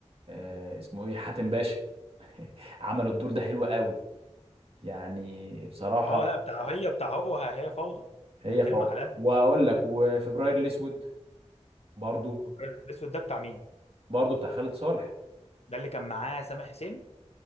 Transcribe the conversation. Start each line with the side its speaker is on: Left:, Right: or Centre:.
Right: آه، اسمه ايه حاتم باشا <laughs> عملوا الدور ده حلو قوي يعني بصراحة
Left: اه لا بتاع هي بتاع هو هي فوضى
Right: هي
Left: ده فيلم
Right: فوضى
Left: عالمي
Right: واقول لك وفبراير الاسود برضو
Left: والابيض الاسود ده بتاع مين
Right: برضو بتاع خالد صالح
Left: ده اللي كان معاه سامح حسين